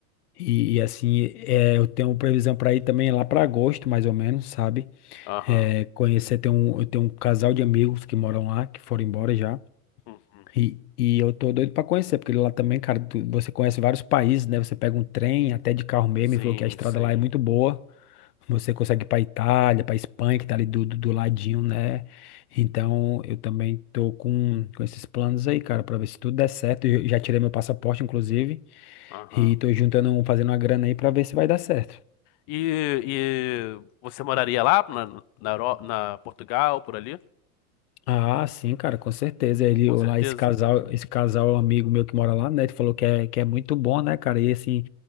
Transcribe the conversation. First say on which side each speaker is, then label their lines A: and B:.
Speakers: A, on the left; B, on the left.
A: E, e, assim, é, eu tenho previsão para ir também lá para agosto, mais ou menos, sabe?
B: Aham.
A: É, conhecer, tem um, eu tenho um casal de amigos que moram lá, que foram embora já.
B: Uhum.
A: E, e eu tô doido para conhecer, porque lá também, cara, tu- você conhece vários países, né? Você pega um trem, até de carro mesmo,
B: Sim,
A: e falou que a estrada
B: sim.
A: lá é muito boa. Você consegue ir para Itália, para Espanha, que tá ali do, do, do ladinho, né? Então, eu também tô com, com esses planos aí, cara, para ver se tudo der certo. Eu já tirei meu passaporte, inclusive,
B: Aham.
A: e tô juntando, um- fazendo uma grana aí para ver se vai dar certo.
B: E, e você moraria lá na, na, Euro- na Portugal, por ali?
A: Ah, sim, cara, com certeza. Ele,
B: Com
A: lá,
B: certeza.
A: esse casal, esse casal, amigo meu que mora lá, né? Ele falou que é, que é muito bom, né, cara? E assim,